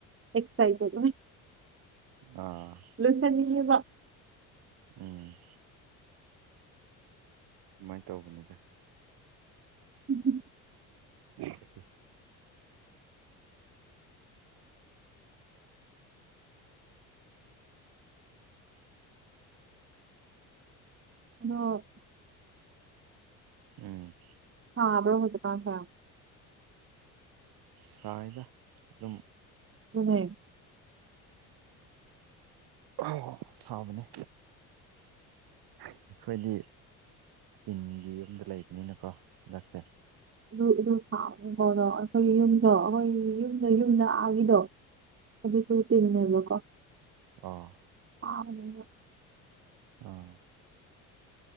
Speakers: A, on the right (about 30°); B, on the right (about 65°).
A: ꯑꯦꯛꯁꯥꯏꯇꯦꯠ
B: ꯑ
A: ꯂꯣꯏꯁꯟꯅꯤꯡꯉꯤꯕ
B: ꯎꯝ ꯑꯗꯨꯃꯥꯏꯅ ꯇꯧꯕꯅꯤꯗ
A: ꯎꯝ
B: <unintelligible>
A: ꯅꯣ
B: ꯎꯝ
A: ꯇꯗ꯭ꯔꯣ ꯍꯧꯖꯤꯛ ꯀꯥꯟꯁꯦ
B: ꯁꯥꯏꯗ ꯑꯗꯨꯝ
A: ꯑꯗꯨꯅꯦ
B: ꯑ ꯁꯥꯕꯅꯦ ꯑꯩꯈꯣꯏꯗꯤ ꯇꯤꯟꯒꯤ ꯌꯨꯝꯗ ꯂꯩꯕꯅꯤꯅꯀꯣ ꯍꯟꯗꯛꯁꯦ
A: ꯑꯗꯨ ꯑꯗꯨ ꯁꯥꯎꯕꯅꯤꯀꯣ ꯑꯗꯣ ꯑꯩꯈꯣꯏꯒꯤ ꯌꯨꯝꯗꯣ ꯑꯩꯈꯣꯏ ꯌꯨꯝꯗ ꯌꯨꯝꯗ ꯑꯒꯤꯗꯣ ꯑꯗꯨꯁꯨ ꯇꯤꯅꯦꯕꯣꯀꯣ
B: ꯑ
A: ꯍꯥꯕꯅꯦꯕ
B: ꯑꯥ